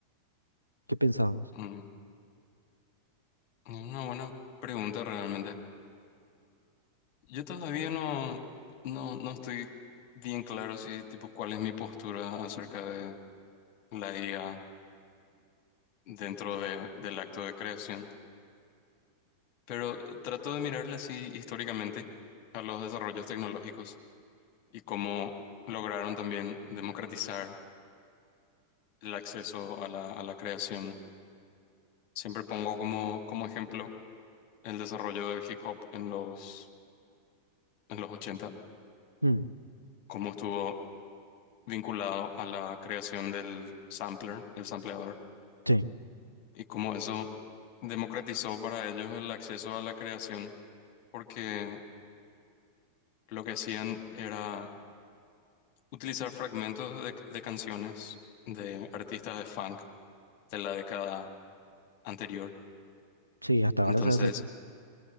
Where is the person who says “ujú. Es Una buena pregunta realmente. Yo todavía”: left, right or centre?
Left